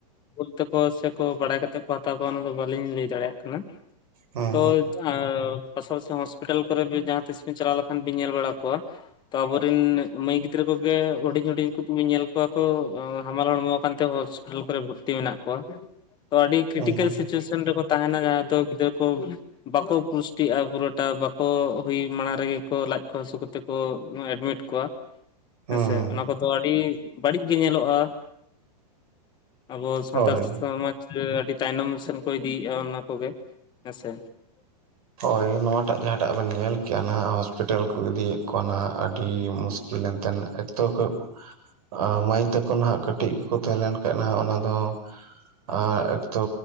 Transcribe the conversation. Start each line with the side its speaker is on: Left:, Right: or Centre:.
Left: ᱵᱷᱩᱞ ᱛᱮᱠᱚ ᱥᱮᱠᱚ ᱵᱟᱲᱟᱭ ᱠᱟᱛᱮᱫ ᱠᱚ ᱦᱟᱛᱟᱣ ᱠᱚᱣᱟ ᱚᱱᱟ ᱫᱚ ᱵᱟᱹᱞᱤᱧ ᱞᱟᱹᱭ ᱫᱟᱲᱮᱭᱟᱜ ᱠᱟᱱᱟ᱾
Right: ᱦᱩᱸ
Left: ᱛᱚᱻ ᱟᱨ ᱯᱟᱥᱟᱯᱟᱥᱤ ᱦᱚᱥᱯᱤᱴᱟᱞ ᱠᱚᱨᱮ ᱵᱤ ᱡᱟᱦᱟᱸ ᱛᱤᱥᱵᱤᱱ ᱪᱟᱞᱟᱣ ᱞᱮᱠᱷᱟᱱ ᱵᱤᱱ ᱧᱮᱞ ᱵᱟᱲᱟ ᱠᱚᱣᱟ ᱛᱚ ᱟᱵᱩᱨᱮᱱ ᱢᱟᱹᱭ ᱜᱤᱫᱽᱨᱟᱹ ᱠᱚᱜᱮ ᱦᱩᱰᱤᱧ ᱦᱩᱰᱤᱧ ᱠᱩ ᱜᱤᱵᱮᱱ ᱧᱮᱞ ᱠᱚᱣᱟ ᱠᱚ ᱦᱟᱢᱟᱞ ᱦᱚᱲᱢᱚ ᱠᱟᱱᱛᱮ ᱵᱚᱸ ᱦᱟᱹᱞᱟᱹᱣ ᱠᱚᱨᱮ ᱵᱷᱚᱨᱛᱤ ᱢᱮᱱᱟᱜ ᱠᱚᱣᱟ ᱛᱚ ᱟᱹᱰᱤ ᱠᱨᱤᱴᱤᱠᱮᱞ
Right: ᱦᱩᱸ ᱦᱩᱸ
Left: ᱥᱤᱪᱩᱭᱮᱥᱚᱱ ᱨᱮᱠᱚ ᱛᱟᱦᱮᱸᱱᱟ ᱡᱟᱦᱟᱸ ᱫᱚ ᱜᱤᱫᱽᱨᱟᱹ ᱠᱚᱵ ᱵᱟᱠᱚ ᱯᱩᱥᱴᱤᱜᱼᱟ ᱯᱩᱨᱟᱹᱴᱟ ᱵᱟᱠᱚ ᱦᱩᱭ ᱢᱟᱲᱟᱝ ᱨᱮᱜᱮ ᱠᱚ ᱞᱟᱡ ᱠᱚ ᱦᱟᱹᱥᱩ ᱠᱚ ᱛᱮᱠᱚ ᱮᱰᱢᱤᱴ ᱠᱚᱣᱟ
Right: ᱦᱩᱸ
Left: ᱦᱮᱸᱥᱮ
Right: ᱦᱩᱸ ᱦᱩᱸ
Left: ᱚᱱᱟ ᱠᱚᱫᱚ ᱟᱹᱰᱤ ᱵᱟᱹᱲᱤᱡ ᱜᱮ ᱧᱮᱞᱚᱜᱼᱟ᱾ ᱟᱵᱚ ᱥᱟᱱᱛᱟᱲ
Right: ᱦᱳᱭ
Left: ᱥᱚᱢᱟᱡᱽ ᱥᱮ ᱟᱹᱰᱤ ᱛᱟᱭᱱᱚᱢ ᱥᱮᱱ ᱠᱚ ᱤᱫᱤᱭᱮᱜᱼᱟ ᱚᱱᱟ ᱠᱚᱜᱮ ᱦᱮᱸᱥᱮ᱾
Right: ᱦᱚᱭ ᱱᱚᱣᱟᱴᱟᱜ ᱡᱟᱦᱟᱸᱴᱟᱜ ᱵᱮᱱ ᱧᱮᱞ ᱠᱮᱜᱭᱟ ᱱᱟᱦᱟᱸᱜ ᱦᱚᱥᱯᱤᱴᱟᱞ ᱠᱚ ᱤᱫᱤᱭᱮᱫ ᱠᱚᱣᱟ ᱱᱟᱦᱟᱸᱜ ᱟᱹᱰᱤ ᱢᱩᱥᱠᱤᱞ ᱮᱱᱛᱮᱱ ᱮᱠᱛᱚ ᱠᱷᱩᱜ ᱟᱸ ᱢᱟᱹᱭ ᱛᱟᱠᱚ ᱱᱟᱦᱟᱸᱜ ᱠᱟᱹᱴ ᱴᱤᱡ ᱠᱩ ᱛᱮᱦᱮᱸ ᱞᱮᱱᱠᱷᱟᱱ ᱦᱟᱸᱜ ᱚᱱᱟ ᱫᱚ ᱟᱨ ᱮᱠᱛᱚ